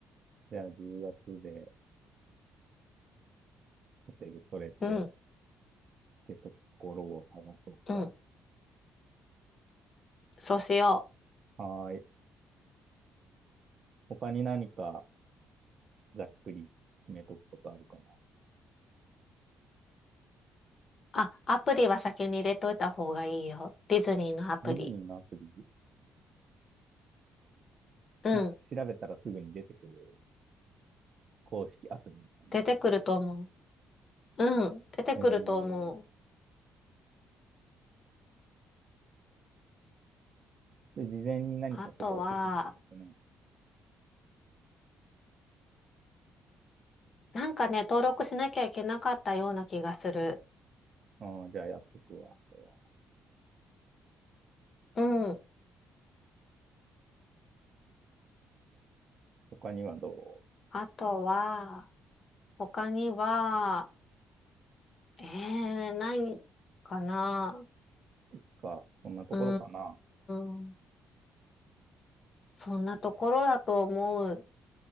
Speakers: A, on the right (about 50°); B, on the left (about 45°).
A: じゃあ10月で、ホテル取れてっ
B: うん、
A: てところを探そうか。
B: うん。そうしよう。
A: はーい。他に何かざっくり決めとくことあるかな。
B: あ、アプリは先に入れといた方がいいよ。ディズニーのアプリ。
A: ディズニーのアプリ
B: うん。
A: なんか調べたらすぐに出てくる公式アプリみたいな。
B: 出てくると思う。うん。出てくると思う。
A: えー、で、事前に何か登録しないといけない。
B: あとは、なんかね、登録しなきゃいけなかったような気がする。
A: あーじゃあやっとくわ、それは。
B: うん。
A: 他にはど
B: あとは、他には、えー、ないかな。
A: ういっか、こんなところかな。
B: うーん。そんなところだと思う。